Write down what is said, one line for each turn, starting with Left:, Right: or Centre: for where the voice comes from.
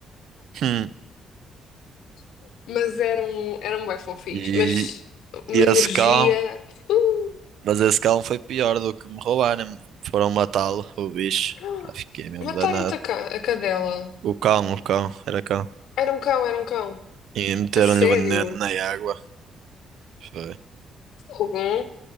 Right: Hum.
Left: <laughs> mas eram, eram bem fofinhos.
Right: E,
Left: Mas uma
Right: e esse
Left: energia.
Right: cão,
Left: Uh,
Right: mas esse cão foi pior do que me roubarem. Foram matá-lo, o bicho.
Left: <gasps> ah,
Right: Ah, fiquei mesmo
Left: mataram-te
Right: danado.
Left: a, ca- a cadela.
Right: O cão, o cão, era cão.
Left: Era um cão, era um cão.
Right: E meteram-lhe
Left: A sério.
Right: veneno na água. Foi.
Left: Algum?